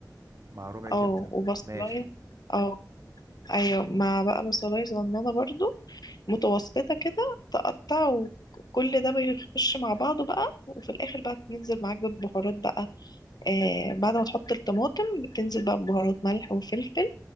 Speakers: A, on the right; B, on the left.
A: مع ربع كبده
B: اه وبصلاية
A: ماشي
B: اه ايوه مع بقى بصلاية صغننة برضو متوسطة كده تقطع وكل ده بيخش مع بعضه بقى وفي الآخر بقى بتنزل معاك بالبهارات بقى آه بعد ما تحط الطماطم بتنزل بقى ببهارات ملح وفلفل